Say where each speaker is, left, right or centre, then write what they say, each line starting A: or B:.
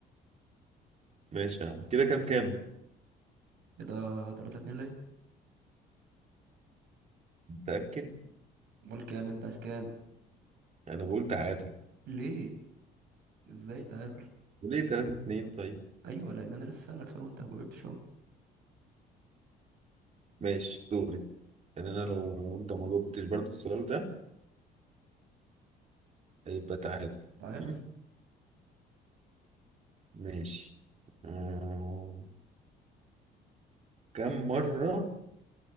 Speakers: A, on the right (about 40°); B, on the right (about 80°).
A: <laughs> ماشي يا عم كده كام كام
B: كده 3 2 ليه؟
A: متأكد
B: امال كام انت عايز كام؟
A: انا بقول تعادل
B: ليه؟ ازاي تعادل؟
A: ليه تلاتة اتنين طيب
B: ايوه لان انا لسه سألك سؤال وانت ما جاوبتش اهو
A: ماشي دوري يعني أنا لو أنت ما جاوبتش برضه السؤال ده هيبقى تعادل
B: تعادل؟
A: تمام؟ ماشي آه، كم مرة